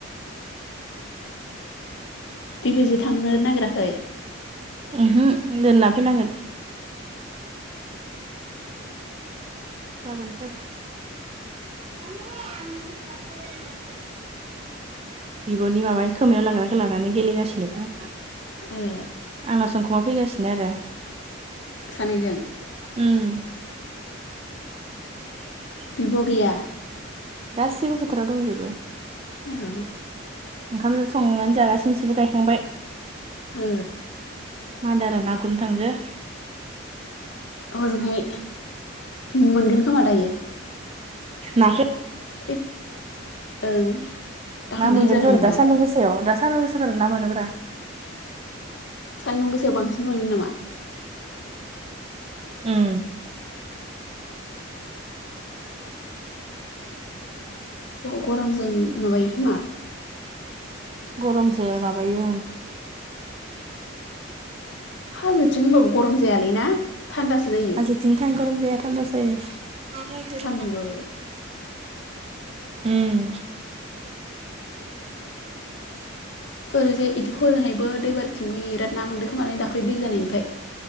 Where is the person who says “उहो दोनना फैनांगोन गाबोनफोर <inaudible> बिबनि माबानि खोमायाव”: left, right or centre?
Right